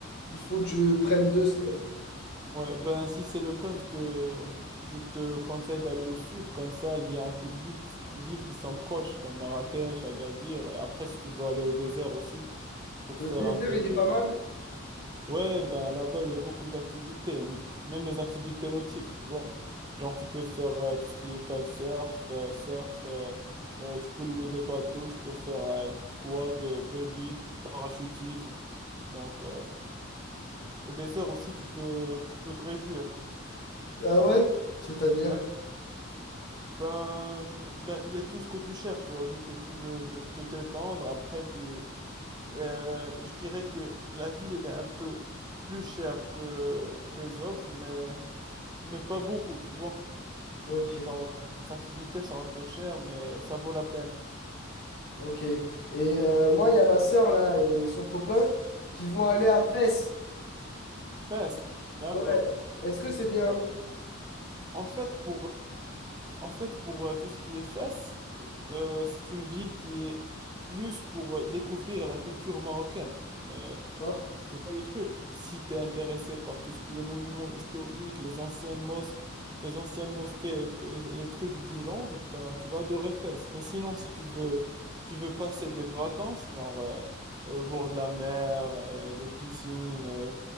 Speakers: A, on the left; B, on the right.
A: il faut que je prenne deux semaines.
B: Ouais, ben si c'est le cas, je te, je te conseille d'aller au sud, comme ça il y a un peu de villes qui, s- villes qui sont proches, comme Marrakech, Agadir, et après si tu veux aller au désert aussi, pour
A: Le
B: faire
A: désert,
B: un peu
A: il est
B: de...
A: pas mal.
B: Ouais, ben là-bas il y a beaucoup d'activités, m- même les activités nautiques, tu vois. Genre tu peux faire euh, tout ce qui est kitesurf, euh, surf, euh, euh, tu peux louer des bateaux, tu peux faire euh, du quad, euh, buggy, parachutisme. Donc euh, au désert aussi tu peux, tu peux te réjouir.
A: Ah ouais? C'est-à-dire?
B: Ouais. Ben, je- ben, il y a tout ce que tu cherches, toi, vu que tu veux de- te t'étendre. Après, tu, Euh, je dirais que la ville, elle est un peu plus chère que les autres, mais, mais pas beaucoup, tu vois.
A: Ok.
B: Genre, les activités sont un peu chères, mais ça vaut la peine.
A: Ok. Et euh, moi, il y a ma sœur là et son copain qui vont aller
B: Ouais.
A: à Fès.
B: Fès, d'accord.
A: Ouais. Est-ce que c'est bien?
B: Ouais. En fait, pour, en fait, pour euh, tout ce qui est Fès, euh, c'est une ville qui est plus pour euh, découvrir la culture marocaine. Mais
A: Non?
B: Tu vois le truc, si tu es intéressé par tout ce qui est monuments historiques, les anciennes mosquées, les anciennes mosquées, et t- les, les trucs du genre, ben, tu vas adorer Fès. Mais sinon, si tu veux, tu veux passer des vacances, genre euh, euh, au bord de la mer, et des piscines, et,